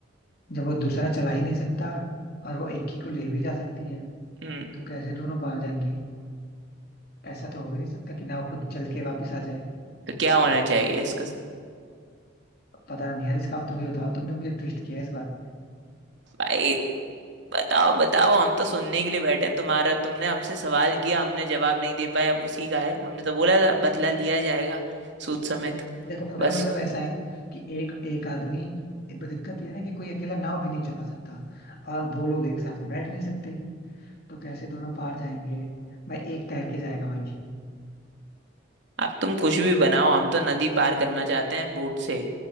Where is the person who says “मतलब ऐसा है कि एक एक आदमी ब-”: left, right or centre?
Left